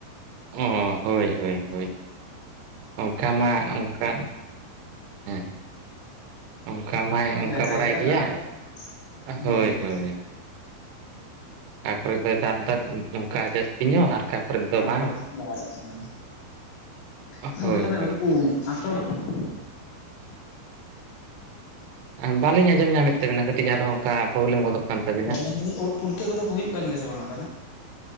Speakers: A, on the right; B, on the left.
A: ᱚ ᱦᱳᱭ ᱦᱳᱭ ᱦᱳᱭ ᱚᱱᱠᱟ ᱢᱟ ᱚᱱᱠᱟ ᱦᱮᱸ ᱚᱱᱠᱟ ᱢᱟᱭ ᱚᱱᱠᱟ
B: ᱡᱟᱭᱜᱟ
A: ᱵᱟᱲᱟᱭ
B: ᱡᱟᱭᱜᱟ
A: ᱜᱮᱭᱟ
B: ᱫᱟᱜ ᱫᱚ ᱦᱮᱸ
A: ᱦᱳᱭ ᱦᱳᱭ ᱚᱠᱟ ᱠᱚᱨᱮ ᱫᱚᱜᱼ ᱫᱟᱜ ᱫᱟᱭ ᱱᱚᱝᱠᱟ ᱡᱟᱹᱥᱛᱤ ᱧᱚᱜ ᱟᱨ ᱚᱠᱟ ᱠᱚᱨᱮ ᱫᱚ
B: ᱟᱨ
A: ᱵᱟᱝ
B: ᱚᱠᱟ ᱵᱟᱭᱟᱜᱫᱟ ᱟ ᱜᱚᱢᱠᱮ
A: ᱦᱳᱭ
B: ᱛᱟᱦᱚᱞᱮ
A: ᱦᱳᱭ
B: ᱩᱱᱠᱩ ᱟᱛᱳ ᱦᱚᱲᱠᱚ ᱵᱷᱳᱨ
A: ᱟ ᱵᱟᱹᱞᱤᱧ ᱟᱸᱡᱚᱢ ᱧᱟᱢᱮᱫ ᱛᱟᱵᱤᱱᱟ ᱠᱟᱹᱴᱤᱡ ᱟᱨᱦᱚᱸ ᱚᱱᱠᱟ ᱯᱨᱚᱵᱞᱮᱢ ᱜᱚᱫᱚᱜ ᱠᱟᱱ ᱛᱟᱵᱤᱱᱟ
B: ᱢᱮᱱᱫᱟᱞᱤᱧ ᱩᱫ ᱯᱩᱴᱠᱟᱹ ᱠᱚᱫᱚ ᱠᱚ ᱦᱩᱭᱩᱜ ᱠᱟᱱ ᱜᱮᱭᱟ ᱥᱮ ᱵᱟᱝ ᱛᱟᱦᱚᱞᱮ